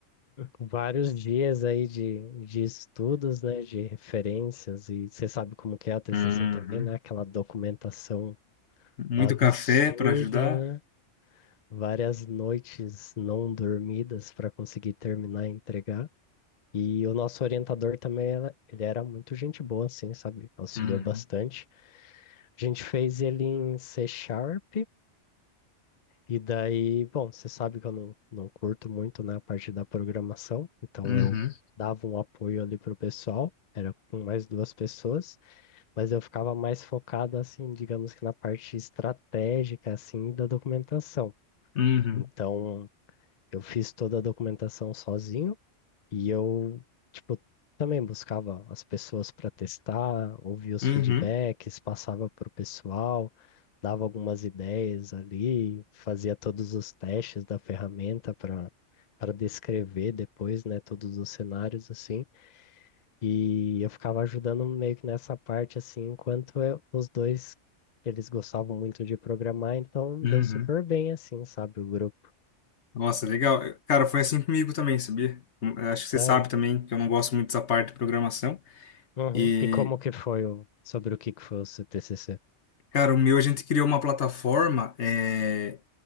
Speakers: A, on the left; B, on the left.
A: Vários dias aí de, de estudos, né, de referências, e você sabe como que é a TCC
B: Uhum.
A: também, né, aquela documentação
B: Muito
A: absurda,
B: café para ajudar.
A: né, várias noites não dormidas para conseguir terminar e entregar. E o nosso orientador também, era- ele era muito gente boa, assim, sabe, auxiliou
B: Uhum.
A: bastante. A gente fez ele em C Sharp, E daí, bom, você sabe que eu não, não curto muito, né, a parte da programação, então
B: Uhum.
A: eu dava um apoio ali pro pessoal, era com mais duas pessoas, mas eu ficava mais focado, assim, digamos que na parte estratégica, assim, da documentação.
B: Uhum.
A: Então, eu fiz toda a documentação sozinho, e eu, tipo, também buscava as pessoas para testar, ouvia os
B: Uhum.
A: feedbacks, passava para o pessoal, dava algumas ideias ali, fazia todos os testes da ferramenta para para descrever depois, né, todos os cenários assim. E eu ficava ajudando meio que nessa parte assim, enquanto eu- os dois eles gostavam muito de programar, então
B: Uhum.
A: deu super bem assim, sabe, o grupo.
B: Nossa, legal. Cara, foi assim comigo também, sabia? Hum, Eu Acho
A: Sério?
B: que você sabe também que eu não gosto muito dessa parte de programação.
A: Uhum.
B: E,
A: E como que foi o, sobre o que que foi o seu TCC?
B: cara, o meu a gente criou uma plataforma é,